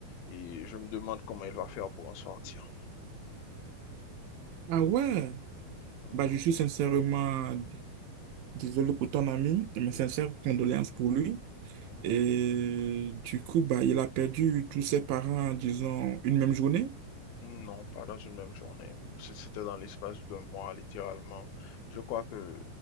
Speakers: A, on the left; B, on the right.
A: et je me demande comment il va faire pour en sortir.
B: Ah ouais.
A: Mhm,
B: Bah, je suis sincèrement désolé pour ton ami, mes sincères condoléances pour lui.
A: mhm.
B: Et du coup, bah, il a perdu tous ses parents, disons, une même journée.
A: Non, pas dans une même journée. C- C'était dans l'espace d'un mois, littéralement. Je crois que euh,